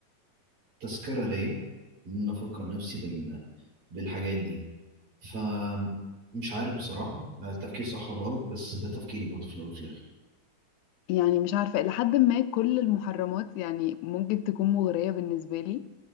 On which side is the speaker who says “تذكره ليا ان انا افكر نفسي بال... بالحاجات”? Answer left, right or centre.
Right